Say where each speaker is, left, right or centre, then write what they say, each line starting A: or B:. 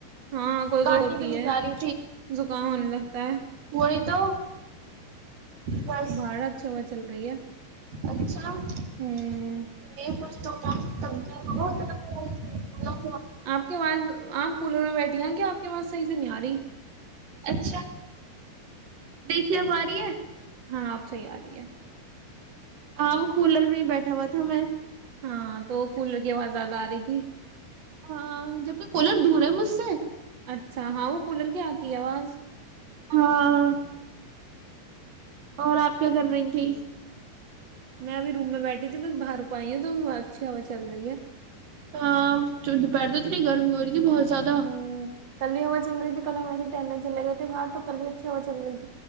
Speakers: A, on the right; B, on the right.
A: ہاںاں کوئی کوئی
B: کاٹی
A: ہوتی
B: بھی نہیں
A: ہے
B: جا رہی
A: زکام ہونے لگتا ہے
B: کو تو بس
A: باہر اچھی ہوا چل رہی ہے
B: اچھا ج
A: ہوں
B: <unintelligible> کچ <unintelligible>
A: آپ کے پاس آپ کولر میں بیٹھی ہیں کیا آپ کے پاس صحی سے نہیں یاری
B: اچھا دیکھی اب ارہی ہے
A: ہاں آپ صحیح آ رہی ہے
B: ہاں وہ کولر میں بیٹھا ہوا تھا میں
A: ہاں تو کولر کی آواز زیادہ آ رہی تھی
B: ہاں جبک کولر دور ہے مجھ سے
A: اچھا ہاں وہ کولر کی آتی ہے آواز
B: ہاں اور آپ کیا کر رہی تھی
A: میں ابھی روم میں بیٹھی تھی بس باہر کو آئی ہ تو اچھی ہوا چل رہی ہے
B: ہاں دوپہر تو تو نہیں گرمی ہو رہی تھی بہت سد
A: ہ کل ہی ہوا چل رہی تھی کل ہم ایسے تٹرنے چے گئے تھے باہ تو کل اچھی ہوا چل رہیھی